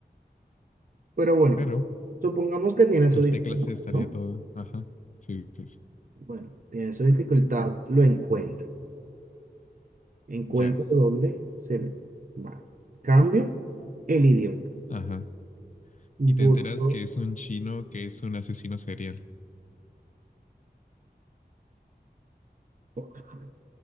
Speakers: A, on the right; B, on the left.
A: Pero bueno,
B: Pero
A: supongamos que tiene su
B: las
A: dificultad,
B: teclas sí estaría
A: ¿no?
B: todo. Ajá. Sí, sí, sí.
A: Bueno, tiene su dificultad, lo encuentro. Encuentro
B: Ya.
A: dónde se le va. Cambio el idioma.
B: Ajá. Y te
A: Busco.
B: enteras que es un chino que es un asesino serial.
A: Ok,